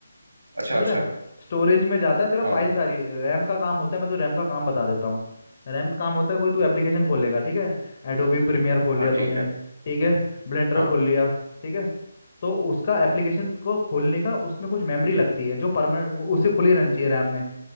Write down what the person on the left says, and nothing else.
समझ
रहा है स्टोरेज में जाता है तेरा
फाइल सारी रैम का काम होता है मैं तो रैम का काम बता देता हूँ रैम का काम होता है कोई तू एप्लीकेशन खोलेगा ठीक है एडोबी प्रीमियर खोल
लिया तूने
ठीक है ब्लेंडर
खोल लिया ठीक है तो उसका एप्लीकेशन को खोलने का उसमें कुछ मेमोरी लगती है जो परमानेंट उसे खुली रहनी चाहिए रैम में